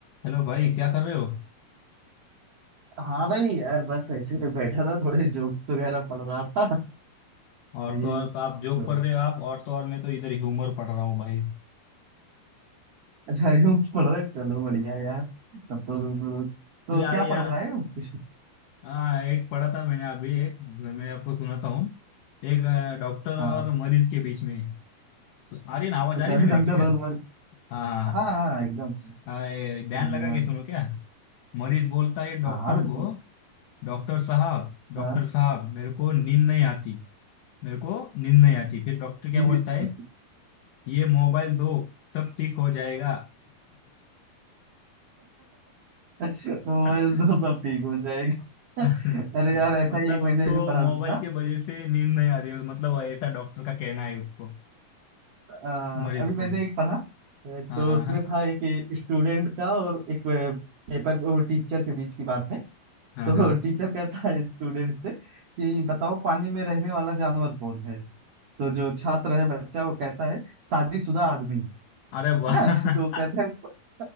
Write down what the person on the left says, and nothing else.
हेलो भाई क्या कर रहे हो
और
तो और तो आप जोक
पढ़ रहे हो आप और तो और मैं तो इधर ह्यूमर पढ़ रहा हूँ भाई
तो यार
यार
हाँ एक पढ़ा था मैंने अभी एक मैं आपको सुनाता हूँ एक अ, डॉक्टर
और मरीज के बीच में सु- आ रही ना आवाज
आ रही ना मेरी
क्लियर
हाँ
हाँ हाँ, ये ध्यान
लगा के सुनो क्या मरीज बोलता है डॉक्टर
को डॉक्टर साहब डॉक्टर
साहब मेरे को नींद नहीं आती मेरे को नींद नहीं आती फिर डॉक्टर क्या
बोलता है
ये मोबाइल दो सब ठीक हो जाएगा
<laughs>
<laughs>
मतलब
उसको
मोबाइल
के वजह से नींद नहीं आ रही है मतलब ऐसा डॉक्टर का कहना है उसको
मरीज
को
हाँ
हाँ
हाँ
हाँ
हाँ
अरे वाह
<laughs>